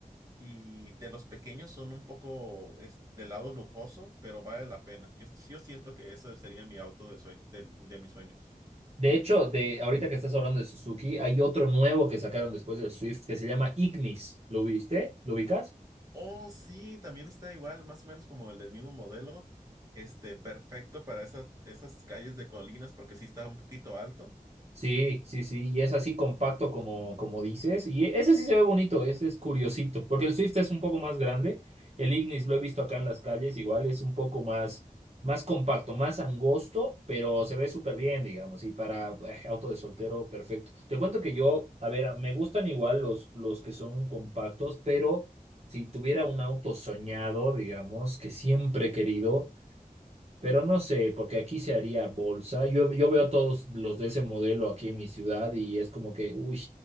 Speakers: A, on the right; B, on the right.
A: Y de los pequeños son un poco es, del lado lujoso, pero vale la pena. Yo, yo siento que ese sería mi auto de sueño, del- de mis sueños.
B: De hecho, de ahorita que estás hablando de Suzuki, hay otro nuevo que sacaron después del Swift que se llama Ignis. ¿Lo viste? ¿Lo ubicas?
A: Oh, sí, también está igual, más o menos como el del mismo modelo. Este, perfecto para esas, esas calles de colinas, porque sí está un poquito alto.
B: Sí, sí, sí, y es así compacto como, como dices, y ese sí se ve bonito, ese es curiosito, porque el Swift es un poco más grande, el Ignis lo he visto acá en las calles, igual es un poco más, más compacto, más angosto, pero se ve súper bien, digamos, y para eh, auto de soltero, perfecto. Te cuento que yo, a ver, me gustan igual los, los que son compactos, pero si tuviera un auto soñado, digamos, que siempre he querido. Pero no sé, porque aquí se haría bolsa. Yo, yo veo todos los de ese modelo aquí en mi ciudad y es como que, uy,